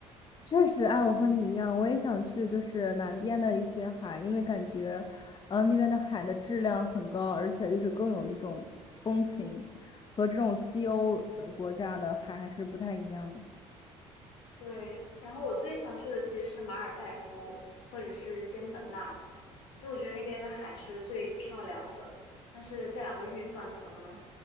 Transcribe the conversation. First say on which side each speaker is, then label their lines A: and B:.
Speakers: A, on the left; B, on the left.
A: 确实，哎，我和你一样，我也想去，就是南边的一些海，因为感觉，呃，那边的海的质量很高，而且就是更有那种风情，和这种西欧呃国家的海还是不太一样。
B: 对，然后我最想去的其实是马尔代夫或者是仙本那，因为我觉得那边的海是最漂亮的。但是这两个预算可能